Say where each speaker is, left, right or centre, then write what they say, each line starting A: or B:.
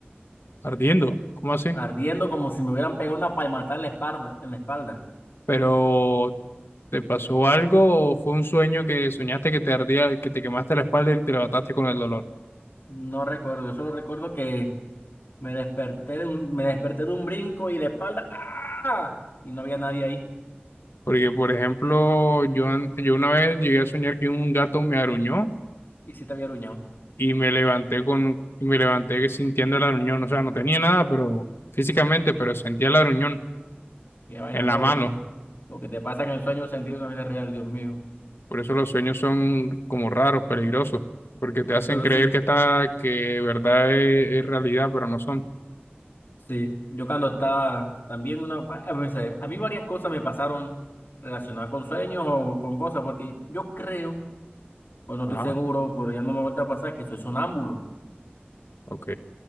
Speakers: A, on the left; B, on the left.
A: Ardiendo. ¿Cómo así?
B: ardiendo como si me hubieran pegado una palmata en la espalda, en la espalda.
A: Pero, ¿te pasó algo o fue un sueño que soñaste que te ardía, que te quemaste la espalda y te levantaste con el dolor?
B: No recuerdo, yo solo recuerdo que Me desperté de un, me desperté de un brinco y de espalda. ¡Ah! Y no había nadie ahí.
A: Porque, por ejemplo, yo, an- yo una vez llegué a soñar que un gato me aruñó
B: Y sí te había aruñado.
A: y me levanté con, y me levanté sintiendo el aruñón. O sea, no tenía nada, pero físicamente, pero sentía el aruñón
B: Qué vaina,
A: en la
B: no,
A: mano.
B: lo que, lo que te pasa en el sueño sentido en la vida real, Dios mío.
A: Por eso los sueños son como raros, peligrosos, porque te hacen
B: Pero
A: creer
B: sí,
A: que está, que de verdad es, es realidad, pero no son.
B: sí. Yo cuando estaba también una, va- a mí, se- a mí varias cosas me pasaron relacionadas con sueños o con cosas, porque yo creo, pues no
A: Ajá,
B: estoy seguro, pero ya no me vuelve a pasar que soy sonámbulo.
A: ok.